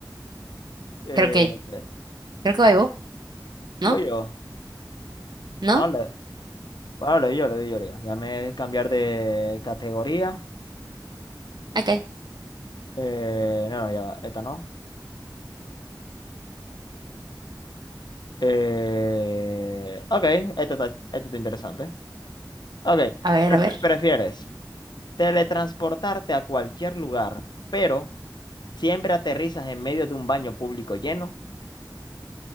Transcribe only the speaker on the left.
eh,
voy yo.
Bueno, le, bueno, le doy yo, le doy yo, le doy yo. Déjame cambiar de categoría.
Eh, no, no, ya va, esta no. Eh, ok, esta está, esta está interesante. Ok,
pref-
¿prefieres teletransportarte a cualquier lugar, pero siempre aterrizas en medio de un baño público lleno?